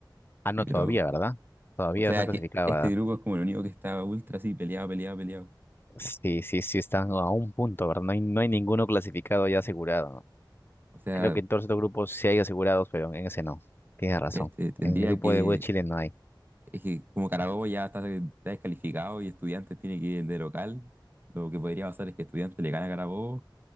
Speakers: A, on the left (about 30°); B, on the right (about 25°).
A: Ah, no,
B: Sí,
A: todavía,
B: pero,
A: ¿verdad? Todavía
B: o sea,
A: está clasificado,
B: que este
A: ¿verdad?
B: grupo es como el único que está ultra así, peleado, peleado, peleado.
A: Sí, sí, sí, están a un punto, ¿verdad? No hay, no hay ninguno clasificado ya asegurado.
B: O sea,
A: Creo que en todos estos grupos sí hay asegurados, pero en ese no. Tienes razón.
B: este tendría
A: En el grupo
B: que.
A: de U de Chile no hay.
B: Es que como Carabobo ya está, está descalificado y Estudiantes tiene que ir de local, lo que podría pasar es que Estudiantes le gana a Carabobo